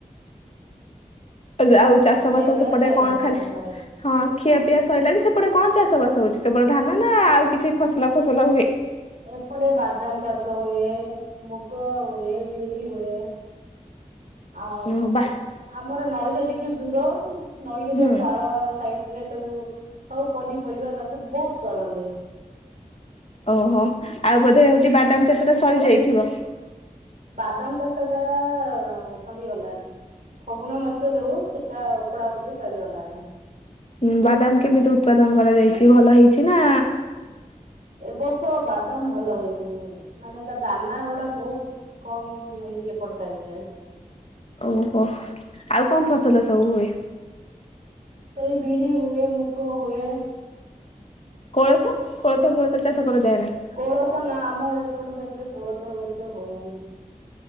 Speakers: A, on the left; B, on the right.
A: ଏ ଆଉ ଚାଷବାସ
B: ଖିଆ ପିଆ
A: ସେପଟେ
B: ସରିଲାଣି
A: କଣ ଖାଲି
B: ସବୁ ଘରେ
A: ହଁ ଖିଆପିଆ ସଇଲାଣି ସେପଟେ କଣ ଚାଷ ବାସ ହୋଉଚି କେବଳ ଧାନ ନା ଆଉ କିଛି ଫସଲା ଫସଲ ହୁଏ?
B: ଏପଟେ ବାଦାମ ଚାଷ ହୁଏ, ମୁଗ ହୁଏ, ବିରି ହୁଏ। ଆଉ
A: ଓହୋ ବା
B: ଆମର ନଈଟା ଟିକେ ଦୂର ନଈରେ ସବୁ
A: ହୁଁ
B: ପାଳ ସାଇଟରେ ସବୁ ସବୁ ପନିପରିବା ଚାଷ ଭୋଉତ କରନ୍ତି।
A: ଓହୋ ଆଉ ବୋଧେ ହୋଉଚି ବାଦାମ ଚାଷଟା ସରିଯାଇଥିବ।
B: ବାଦାମ ଚାଷଟା ଆ ସରିଗଲାଣି। ଫଗୁଣ ମାସରୁ ସେଟା ଓପୋଡା ଓପୋଡି ସରିଗଲାଣି।
A: ଉଁ ବାଦାମ କେମିତି ଉତ୍ପାଦନ କରାଯାଇଚି ଭଲ ହେଇଛି ନା
B: ଏବର୍ଷ ବାଦାମ ଭଲ ହେଇନି ମାନେ ତା ଦାନାଗୁଡା ବୋହୁତ କମ୍ ହେଇ କି ଏପଡ଼ ସାଇଟରେ
A: ଓହୋ ଆଉ କଣ ଫସଲ ସବୁ ହୁଏ?
B: ସେଇ ବିରି ହୁଏ, ମୁଗ ହୁଏ।
A: କୋଳଥ କୋଳଥ ଫୋଳଥ ଚାଷ କରାଯାଏ ନାହିଁ।
B: କୋଳଥ ନା ଆମ ଏପଟ ସାଇଟରେ କୋଳଥ ଆଉ ଏତେ ହୁଏନି।